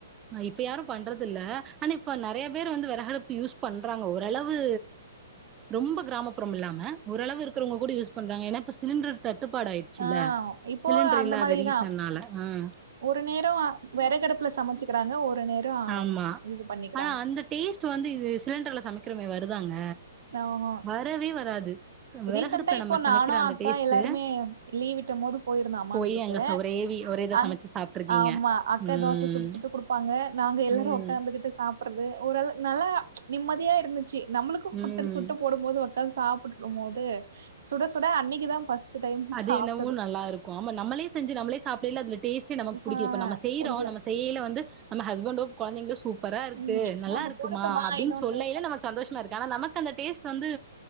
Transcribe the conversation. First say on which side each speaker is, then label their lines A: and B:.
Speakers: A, on the right (about 25°); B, on the right (about 65°).
A: இப்ப யாரும் பண்றது இல்ல ஆனா இப்போ நெறைய பேர் வந்து வெறகடுப்பு யூஸ் பண்றாங்க ஓரளவு ரொம்ப கிராமப்புறம் இல்லாம ஒரளவு இருக்குறவங்க கூட யூஸ் பண்றாங்க ஏன்னா இப்ப சிலிண்ரு தட்டுப்பாடா ஆயி டுச்சுல
B: ஆ இப்போ
A: சிலிண்டர்
B: அந்த
A: இல்லாத
B: மாரிதா
A: ரீசன்னால ம்
B: ஒரு நேரம் வெறகடுப்புல சமச்சுக்கிறாங்க ஒரு நேரம்
A: ஆமா
B: இது பண்ணிக்றாங்க
A: ஆனா அந்த டேஸ்ட் வந்து இது சிலிண்டர்ல சமைக்கிறமே வருதாங்க
B: <inaudible>
A: வரவே வராது வெறகடுப்புல
B: ரீசென்டா இப்போ
A: நம்ம
B: நானு
A: சமைக்கிற அந்த
B: அக்கா
A: டேஸ்ட்டு
B: எல்லாருமே லீவ் விட்ட மோது போயிருந்த அம்மா
A: போய்
B: வீட்டுக்கு
A: அங்க ச ஒரே வி ஒரே இத
B: அங்
A: சமைச்சு சாப்ட்ருக்கீங்க
B: ஆமா அக்கா
A: ம்
B: தோச சுட்டு சுட்டு குடுப்பாங்க நாங்க எல்லாரு
A: ம்
B: உக்காந்து கிட் டு சாப்றது ஓரள நல்லா நிம்மதியா இருந்துச்சு நம்ளுக்கு
A: ம்
B: குடுத் போடும்போது உக்காந்து சாப்பிட்ருக்கும்போது சுட சுட அன்னைக்குதா ஃபஸ்ட் டைம்
A: அது
B: சாப்டது
A: என்னவோ நல்லா இருக்கு ஆமா நமளே செஞ்சு நமளே சாப்டைல அது டேஸ்டே நமக்கு புடிக்குது
B: ஆ
A: இப்ப நம்ம செய்றோ
B: புடிக்கல
A: நம செய்யில வந்து நம்ம ஹஸ்பண்டோ கொழந்தைங்களு சூப்பரா இருக்கு
B: ம் இன்னொன்னு
A: நல்லா இருக்குமா
B: போடட்டுமா
A: அப்டின்னு
B: இன்னொன்னு
A: சொல்லைல நமக்கு சந்தோஷமா இருக்கு ஆனா நமக்கு அந்த டேஸ்ட் வந்து